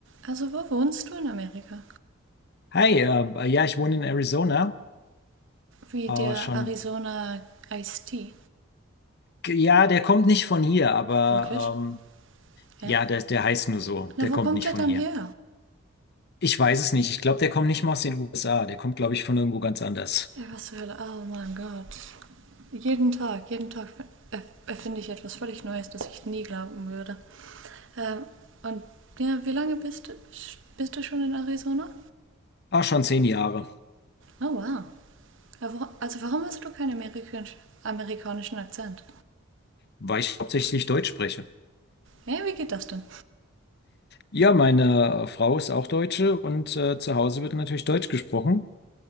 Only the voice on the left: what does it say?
Hi, äh, ja, ich wohne in Arizona.
Äh,
schon,
ja, der kommt nicht von hier, aber
ähm,
ja, der, der heißt nur so.
Der
kommt
nicht
von
hier.
Ich weiß es nicht. Ich glaube, der kommt nicht mal aus den USA. Der kommt, glaube ich, von irgendwo ganz anders.
Ah, schon zehn Jahre,
weil ich hauptsächlich Deutsch spreche.
Ja, meine äh, Frau ist auch Deutsche und äh, zu Hause wird natürlich Deutsch gesprochen.